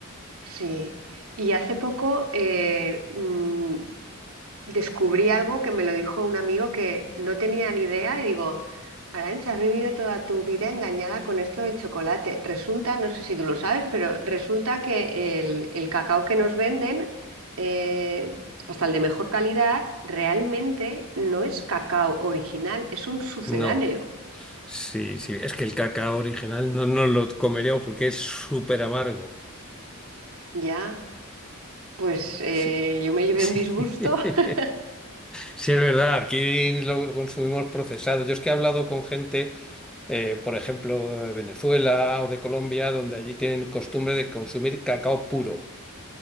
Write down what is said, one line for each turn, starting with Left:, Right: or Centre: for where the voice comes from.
Right: sí. Y hace poco, eh, mm, descubrí algo que me lo dijo un amigo que no tenía ni idea y digo, Arantxa, has vivido toda tu vida engañada con esto del chocolate. Resulta, no sé si tú lo sabes, pero resulta que el, el cacao que nos venden, eh, hasta el de mejor calidad, realmente no es cacao original, es un sucedáneo.
Centre: No, sí, sí. Es que el cacao original no, no lo comeríamos porque es súper amargo.
Right: Ya, pues eh,
Centre: Sí,
Right: yo me llevé
Centre: sí.
Right: un disgusto.
Centre: <laughs>
Right: <laughs>
Centre: Sí, es verdad. Aquí lo consumimos procesado. Yo es que he hablado con gente eh, por ejemplo, de Venezuela o de Colombia, donde allí tienen costumbre de consumir cacao puro.